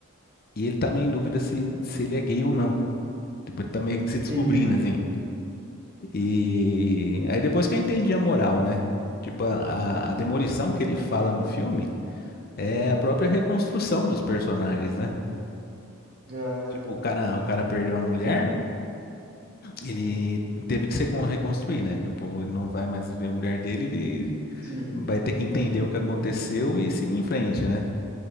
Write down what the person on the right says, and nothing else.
entendi.
Ah,
sim,